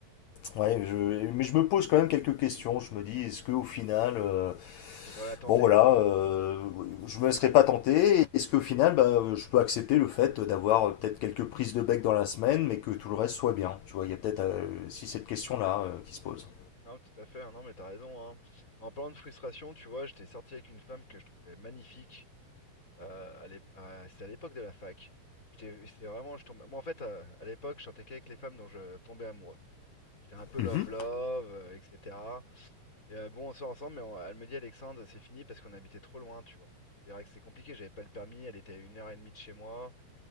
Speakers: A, on the left; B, on the left.
A: ouais, je, mais je me pose quand même quelques questions. Je me dis, est-ce que au final, euh,
B: Tu devrais la tenter.
A: bon voilà, euh, je me laisserai pas tenter. Est-ce qu'au final, bah, je peux accepter le fait d'avoir euh, peut-être quelques prises de bec dans la semaine, mais que tout le reste soit bien. Tu vois, il y a peut-être euh, si cette question-là euh, qui se pose.
B: Non, tout à fait, hein, non, mais t'as raison, hein. Mais En parlant de frustration, tu vois, j'étais sorti avec une femme que je trouvais magnifique. euh, à l'ép- à- c'était à l'époque de la fac. J'étais, c'était vraiment, je tombais... Moi, en fait, euh, à l'époque, je sortais qu'avec les femmes dont je tombais amoureux. J'étais un peu
A: Mhm.
B: love-love, euh, etc. Et euh, bon, on sort ensemble, mais on- elle me dit, Alexandre, c'est fini parce qu'on habitait trop loin, tu vois. C'est vrai que c'est compliqué, j'avais pas le permis, elle était à une heure et demie de chez moi.